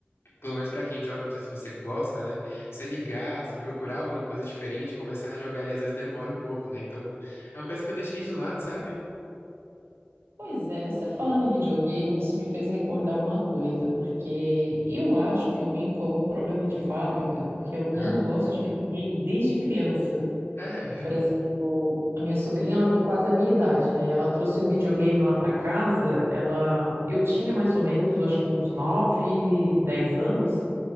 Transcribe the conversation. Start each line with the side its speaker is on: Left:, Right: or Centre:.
Left: pelo menos para quem joga, não sei se você gosta, né? Você ligar, assim, procurar alguma coisa diferente, começar a jogar ali, às vezes demora um pouco, né? Então, é uma coisa que eu deixei de lado, sabe?
Right: Pois é, você falando em videogame, isso me fez recordar uma coisa, porque eu acho que eu vim com algum problema de fábrica, porque eu não
Left: <laughs>
Right: gosto de videogame desde criança.
Left: É.
Right: Por exemplo, a minha sobrinha, ela tem quase a minha idade, né? E ela trouxe um videogame lá pra casa, ela eu tinha mais ou menos, acho que uns 9, 10 anos.